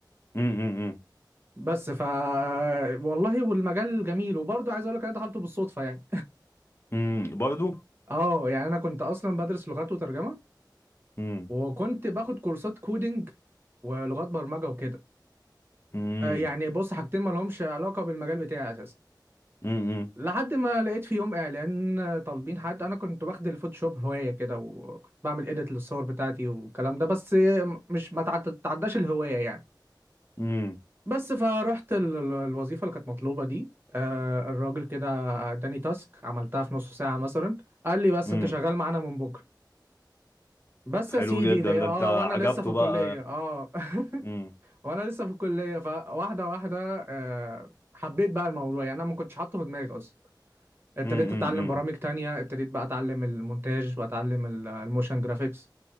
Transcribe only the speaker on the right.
بس ف والله والمجال جميل وبرضه عايز اقول لك انا دخلته بالصدفه يعني
اه يعني انا كنت اصلا بدرس لغات وترجمه
وكنت باخد كورسات كودينج ولغات برمجه وكده
آه، يعني بص حاجتين ما لهمش علاقه بالمجال بتاعي اساسا
لحد ما لقيت في يوم اعلان طالبين حد انا كنت واخد الفوتوشوب هوايه كده وكنت بعمل اديت للصور بتاعتي والكلام ده بس مش ما تعد- تعداش الهوايه يعني
بس فروحت ال- ال- الوظيفة اللي كانت مطلوبة دي آه، الراجل كده اداني تاسك عملتها في نص ساعة مثلا قال لي بس
انت شغال معانا من بكرة بس يا
سيدي
لا
اه
وانا لسه في الكلية
اه
<laughs> وانا لسه في الكلية فواحدة واحدة آه، حبيت بقى الموضوع يعني انا ما كنتش حاطه في دماغي اصلا ابتديت
اتعلم برامج تانية ابتديت بقى اتعلم المونتاج واتعلم ال- الموشن جرافيكس